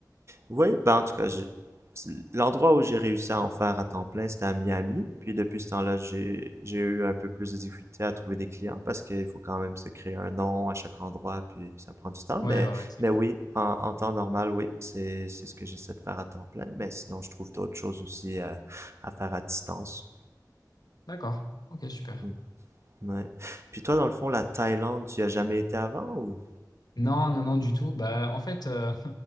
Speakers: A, on the right (about 40°); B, on the left (about 65°).
A: Oui, ben en tout cas, j'ai- c'est- l'endroit où j'ai réussi à en faire à temps plein, c'était à Miami. Puis depuis ce temps-là, j'ai, j'ai eu un peu plus de difficulté à trouver des clients parce qu'il faut quand même se créer un nom à chaque endroit, puis ça prend du temps.
B: Ouais,
A: Mais,
B: ouais, ouais, c'est
A: mais
B: clair.
A: oui, en, en temps normal, oui, c'est, c'est ce que j'essaie de faire à temps plein. Mais sinon, je trouve d'autres choses aussi à, à faire à distance.
B: D'accord. Ok, super.
A: Mhm. Ouais. Puis toi, dans le fond, la Thaïlande, tu y as jamais été avant ou?
B: Non, non, non, du tout. Bah, en fait, euh,